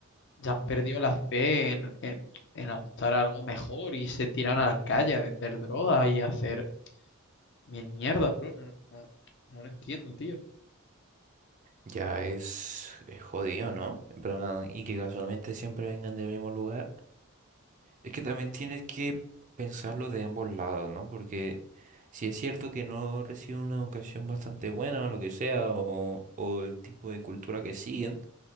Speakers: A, on the left; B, on the right.
A: ya han perdido la fe en, en, en adoptar algo mejor y se tiran a la calle a vender droga y a hacer mil mierda, bro. No, no- no lo entiendo, tío.
B: Ya es, es jodido, ¿no? En plan, y que casualmente siempre vengan del mismo lugar. Es que también tienes que pensarlo de ambos lados, ¿no? Porque si es cierto que no reciben una educación bastante buena o lo que sea, o, o el tipo de cultura que siguen.